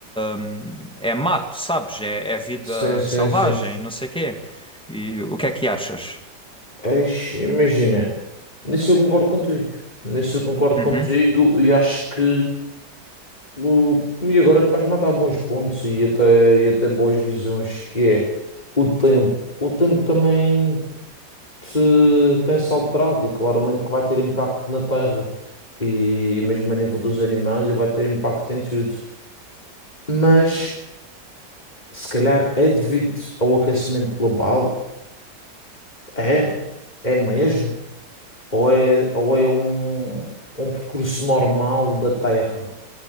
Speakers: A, in the centre; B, on the left.
A: hum, é mato, sabes? É, é vida
B: Sim, sim,
A: selvagem,
B: sim. sim.
A: não sei o quê. E o que é que achas?
B: Eis, imagina. Nisso eu concordo contigo. Nisso eu concordo
A: Uhum.
B: contigo e acho que. o- E agora estás-me a dar bons pontos e até, e até boas visões, que é o tempo. O tempo também. se tem-se alterado e claramente que vai ter impacto na Terra e mesmo a nível dos animais e vai ter impacto em tudo. Mas se calhar é devido ao aquecimento global? É, é mesmo? Ou é, ou é um, um percurso normal da Terra?